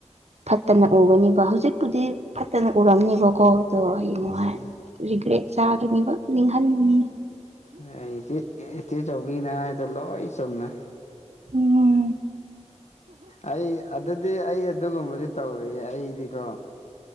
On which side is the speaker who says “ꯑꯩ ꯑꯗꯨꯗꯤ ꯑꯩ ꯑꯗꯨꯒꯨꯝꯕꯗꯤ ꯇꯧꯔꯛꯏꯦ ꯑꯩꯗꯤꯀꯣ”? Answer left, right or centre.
Left